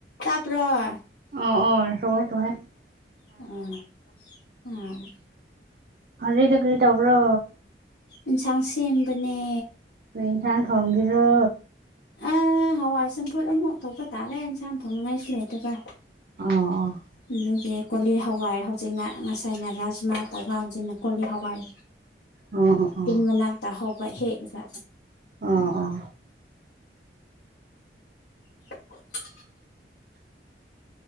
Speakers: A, on the left (about 80°); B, on the right (about 50°).
A: ꯇꯥꯄ꯭ꯔꯥ
B: ꯑꯥ ꯑꯥ <unintelligible>
A: ꯎꯝ ꯎꯝ
B: ꯍꯧꯖꯤꯛꯇꯣ ꯀꯔꯤ ꯇꯧꯕ꯭ꯔꯣ
A: ꯏꯟꯁꯥꯡ ꯁꯦꯝꯕꯅꯦ
B: ꯀꯔꯤ ꯏꯟꯁꯥꯡ ꯊꯣꯡꯒꯦꯔꯣ
A: ꯑꯥ ꯍꯋꯥꯏ ꯆꯝꯐꯨꯠ ꯑꯃꯨꯛ ꯊꯣꯛꯧꯕ ꯇꯥꯔꯦ ꯏꯟꯁꯥꯡ ꯊꯣꯡꯅꯤꯡꯉꯥꯏꯁꯨ ꯂꯩꯇꯕ
B: ꯑꯣ ꯑꯣ
A: ꯑꯗꯨꯒꯤ ꯀꯣꯂꯤ ꯍꯋꯥꯏ ꯍꯧꯖꯤꯛꯅ ꯉꯁꯥꯏꯅ ꯔꯥꯖꯃꯥ ꯇꯕꯥ ꯍꯧꯖꯤꯛꯅ ꯀꯣꯂꯤ ꯍꯋꯥꯏ
B: ꯑꯣ ꯑꯣ ꯑꯣ
A: ꯌꯨꯝ ꯃꯅꯥꯛꯇ ꯍꯧꯕ ꯍꯦꯛꯑꯒ
B: ꯑꯥ ꯑꯥ
A: <inaudible>